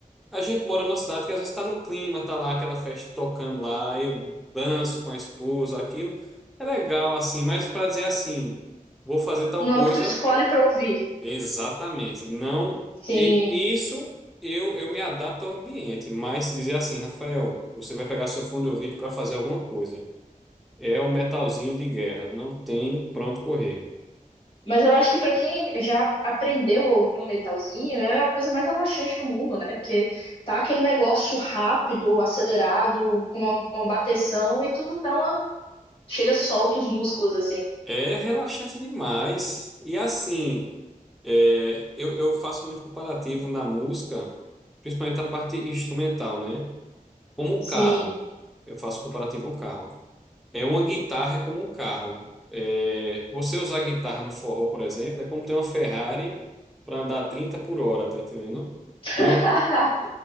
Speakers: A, in the centre; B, on the left (about 40°).
A: a gente mora numa cidade que às vezes está num clima, tá lá aquela festa tocando lá, eu danço com a esposa, aquilo. É legal assim, mas para dizer assim, vou fazer tal
B: Não
A: coisa,
B: é o que tu escolhe pra ouvir.
A: exatamente. Não,
B: Sim,
A: e- isso eu, eu me adapto ao ambiente, mas dizer assim, Rafael, você vai pegar seu fundo de ouvido para fazer alguma coisa. É o metalzinho de guerra, não tem pronto correr.
B: Mas eu acho que pra quem já aprendeu a ouvir um metalzinho, é a coisa mais relaxante do mundo, né? Porque tá aquele negócio rápido, acelerado, com uma, uma bateção e tudo dá uma. Chega, solta os músculos assim.
A: É relaxante demais. E assim, é, eu, eu faço muito comparativo na música, principalmente a parte instrumental, né? Como um
B: Sim.
A: carro. Eu faço comparativo a um carro. É uma guitarra é como um carro. É, você usar guitarra no forró, por exemplo, é como ter uma Ferrari para andar 30 por hora, tá entendendo? E
B: <laughs>
A: não,